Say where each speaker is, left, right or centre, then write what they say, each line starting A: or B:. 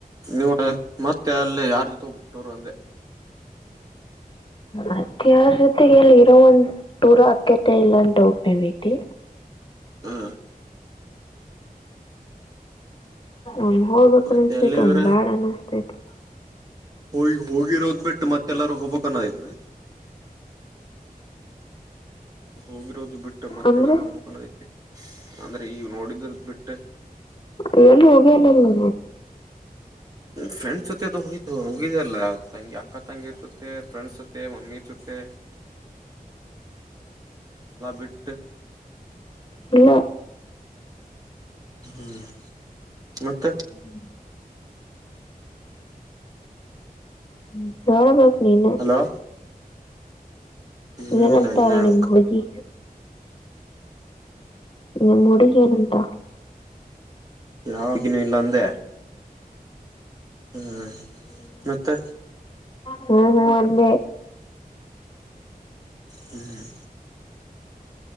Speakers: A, on the right; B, on the left.
A: ನೀವು ಮತ್ತೆ ಅಲ್ಲಿ ಯಾರ ಜೀತೆ ಹೋಗ್ಬಿಟ್ಟವರು ಅಂದೆ
B: ಅತ್ತ ಜೊತೆಗೆಲ್ಲಿ ಇರೋ ಒಂದ ಟೂರ್ ಅಕ್ಕತೆ ಇಲ್ಲ ಅಂತ ಡೌಟ್ ನವಐತಿ
A: ಹ್ಮ
B: ಒನ್್ ಹೋಗ್ಬೇಕಕ್
A: ಮತ್ತೆ
B: ಅನಸ್ತೈತೆ
A: ಎಲ್ಲಿವ್ರ
B: ಒಂದ್ ಬ್ಯಾಡ ಅನಸ್ತೈತಿ
A: ಹೋಗಿ ಹೋಗಿರೋದ್ ಬಿಟ್ಟು ಮತ್ತೆಲ್ಲಾರೂ ಹೋಗ್ಕನಯತ್ನ ಹೋಗಿರೋದು ಬಿಟ್ಟು ಮತ್ತೆಲ್ಲಾರೂ
B: ಅಂದ್ರೆ
A: ಹೋಗ್ಬೇಕಕ್ ಅನ್ನೋದಕ್ಕೆ ಅಂದ್ರೆ ಈಗ ನೋಡಿದ್ರದ ಬಿಟ್ಟೆ
B: ಅಯಲ್ಲಿ ಹೋಗಿಲ್ಲಲ್ಲ
A: ್ರೆಂಡ್ಸ್ ಹೋಗ್ತ ಮುಗಿದಲ್ಲ ತಂಗಿ ಅಕ್ಕ ತಂಗಿ ಇರ್ತೆ ಫ್ರೆಂಡ್ಸ್ ಇತ್ತೆ ಮಮ್ಮಿ ಇರ್ತತೆ ಬಿಟ್ಟು
B: ಇಲ್ಲ
A: ಹ್ಮ್ ಮತ್ತೆ
B: ಹ್ಮ್ ್ಮ ಎೋಡ ಬಕನನ್ನ
A: ಹಲೋ ಇಲ್ಲ
B: ಏನಂತ
A: ಇನ್ನ ಹೇಳ್ಬೇಕ
B: ನಿಮ್ ಹುಡುಗಿ ಈ ಮೂಡಿಗೆಏನಂತಾ
A: ಯಾವಾಗಿನೂ ಇಲ್ಲ ಅಂದೆ ಹ್ಮ್ ಮತ್ತೆ
B: ಹ್ಮ್ ಹ್ಮ್ ಅೇ
A: ಹ್ಮ್